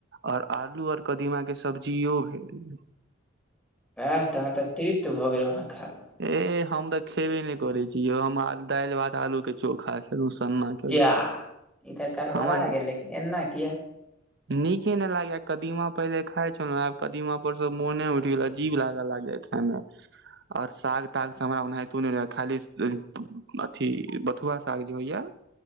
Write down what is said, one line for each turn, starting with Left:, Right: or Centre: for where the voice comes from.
Right: और आलू और कदीमा के सबजीयो भेल।
Centre: ऐहऽ तहन तऽ तृप्त भऽ गेलउं अहाँ खाकऽ।
Right: एह हम तऽ खेबे ने करै छी यौ हम आ-दाइल, भात, आलू के चोखा उ सन्ना खेलहुँ
Centre: जाऽ इ तऽ गरबरा
Right: हमरा
Centre: गेलै। एनाकियैए?
Right: नीके ने लागैयेए कदीमा पहिले खाय छलौं, आब कदीमा पर स मोने उइठ गेलय, अजीब लाग लागैयेए। एना और साग-ताग से हमरा ओनाहितो नै रहैयेए खाली <unintelligible> अथी बथुआ साग जे होइया